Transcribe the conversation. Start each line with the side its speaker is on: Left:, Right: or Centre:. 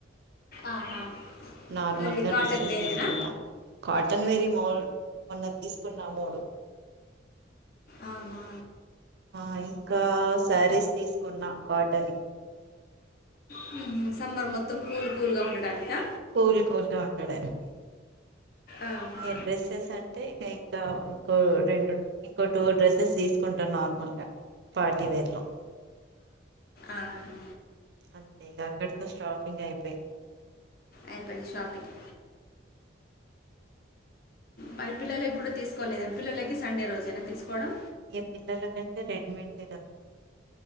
Left: ఆహా
Right: నార్మల్
Left: ఓన్లీ
Right: గా
Left: కాటన్
Right: డ్రెస్సెస్
Left: వేరేనా
Right: తీసుకుంటా కాటన్ వేరీ మాల్ మొన్న తీసుకున్నా మూడు
Left: అవునా
Right: ఆ ఇంకా శారీస్ తీస్ తీసుకున్నా కాటనే
Left: హ్మ్ సమ్మర్ మొత్తం కూల్ కూలుగా ఉండటానికా
Right: కూల్ కూల్గా ఉండడానికి
Left: ఆహా
Right: ఈ డ్రెస్సెస్ అంటే ఇక ఇంకా ఇంకో రెండ్ ఇంకో టూ డ్రెస్సెస్ తీసుకుంటా నార్మల్గా పార్టీ వేర్ లో
Left: ఆహా
Right: అంతే అక్కడితో షాపింగ్ అయిపోయిం
Left: అయిపోయింది షాపింగ్ మరి పిల్లలకి కూడా తీసుకోలేదం పిల్లలకి సండే రోజేనా తీసుకోవడం
Right: ఏ పిల్లలకంటే రెడీమెంట్ ఏ కద్